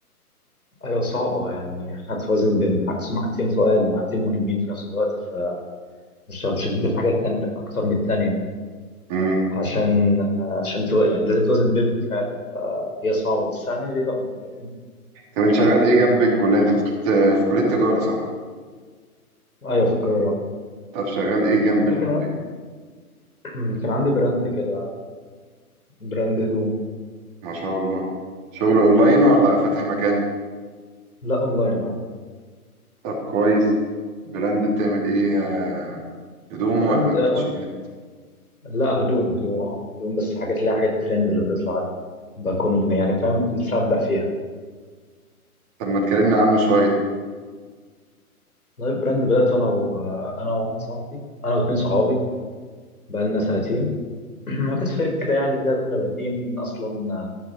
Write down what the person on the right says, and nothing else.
امم
طب انت شغال ايه جنب الكلية انت في في كلية تجارة صح
طب شغال ايه جنب
الكلية
ما شاء الله شغل اونلاين ولا فاتح مكان
طب كويس براند بتعمل ايه آه، هدوم
ولا كوتشيات
طب ما تكلمني عنه شوية